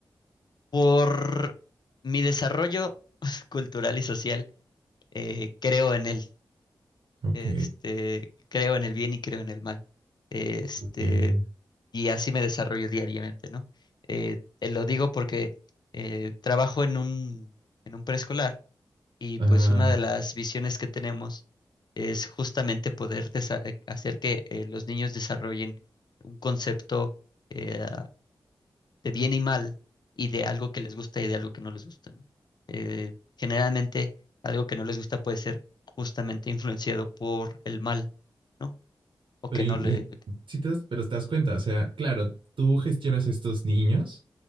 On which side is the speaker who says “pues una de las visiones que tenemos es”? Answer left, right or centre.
Left